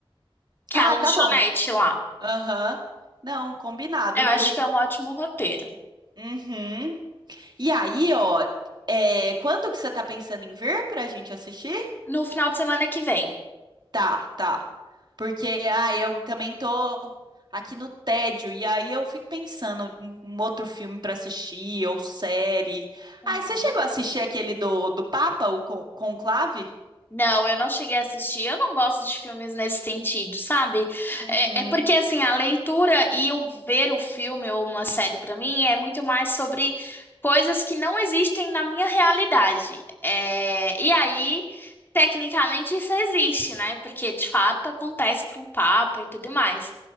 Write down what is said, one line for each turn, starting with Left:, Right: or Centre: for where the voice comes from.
Left: que
Right: Ah,
Left: é a lanchonete
Right: tá bom.
Left: lá.
Right: Aham. Não, combinado,
Left: Eu
Right: viu?
Left: acho que é um ótimo roteiro.
Right: Uhum. E aí, ó, é, quando que você tá pensando em vir pra gente assistir?
Left: No final de semana que vem.
Right: Tá, tá. Porque, ah, eu também tô aqui no tédio, e aí eu fico pensando em um outro filme pra assistir, ou série.
Left: Uhum.
Right: Ah, você chegou a assistir aquele do, do Papa, o Con- Conclave?
Left: Não, eu não cheguei a assistir. Eu não gosto de filmes nesse sentido, sabe?
Right: Uhum.
Left: É, é porque, assim, a leitura e o ver o filme ou uma série, pra mim, é muito mais sobre coisas que não existem na minha realidade. É, e aí, tecnicamente, isso existe, né? Porque, de fato, acontece com o Papa e tudo mais.